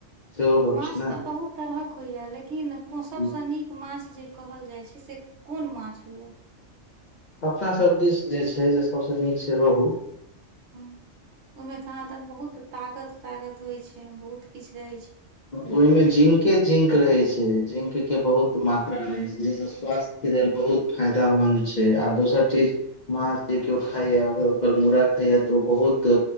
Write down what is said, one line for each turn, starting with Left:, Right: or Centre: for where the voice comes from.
Left: सेहो गप
Right: माछ
Left: छै ने
Right: तऽ बहुत तरहक होइए लेकिन सभसँ
Left: हुं,
Right: नीक माछ जे। कहल जाइ छै से कोन माछ होइये।
Left: अपना सभ दिस जे छै से सभसँ नीक छै रोहू।
Right: हुं, ओहिमे कहाँ दन बहुत तागत- तागत होइ छै, बहुत किछ रहे छै।
Left: ओहिमे जिंके -जिंक रहै छै, जिंकके बहुत मात्रा रहै छै, जाहिसँ स्वास्थ्यके लेल बहुत फायदामन्द छै, आ दोसर चीज। माछ जे केओ खाइये, ओकर मूड़ा खाइये, त ओ बहुत